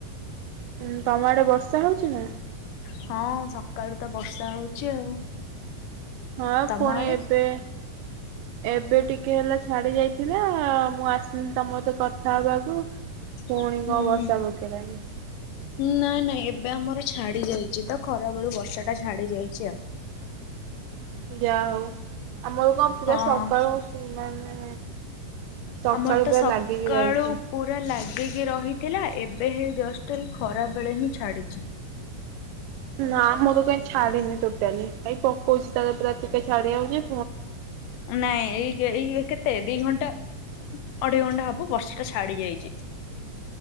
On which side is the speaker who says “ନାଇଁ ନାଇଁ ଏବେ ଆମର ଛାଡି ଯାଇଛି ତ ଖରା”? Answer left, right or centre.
Left